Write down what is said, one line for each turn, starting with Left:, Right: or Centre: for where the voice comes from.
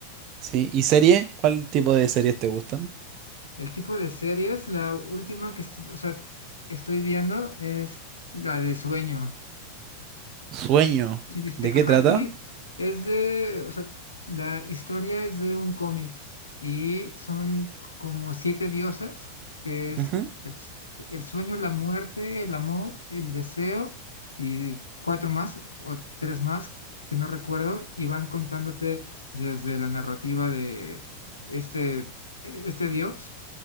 Right: sí. ¿Y serie? ¿Cuál tipo de series te gustan?
Left: El tipo de series, la última que estu- o sea, estoy viendo es la de Sueño.
Right: Sueño.
Left: Sí, viste,
Right: ¿De
Left: ajá,
Right: qué trata?
Left: sí, es de, o sea, la historia es de un cómic y son como siete diosas, que es
Right: Ujú,
Left: el, s- el sueño, la muerte, el amor, el deseo y cuatro más o tres más que no recuerdo y van contándote desde la narrativa de este, este dios